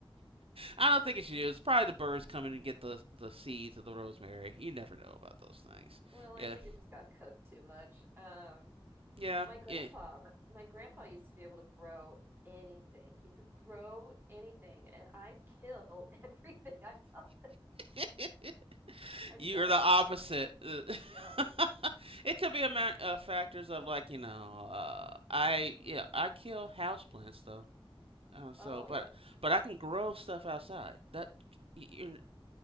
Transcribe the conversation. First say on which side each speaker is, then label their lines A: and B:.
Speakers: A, on the right (about 85°); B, on the right (about 25°).
A: I don't think it's you. It's probably the birds coming and get the the seeds of the rosemary. You never know about those things.
B: well, I
A: Yeah,
B: think it just got cooked too much. Um,
A: yeah,
B: my grandpa,
A: yeah.
B: my grandpa used to be able to grow anything. He could grow anything, and I kill <laughs> everything. I don't,
A: <laughs>
B: I
A: you
B: don't
A: are the
B: understand.
A: opposite. <laughs>
B: Yeah.
A: it could be a ma- uh, factors of like you know, uh, I yeah, I kill houseplants though. Uh, so,
B: Oh,
A: but
B: yeah.
A: but I can grow stuff outside. That you,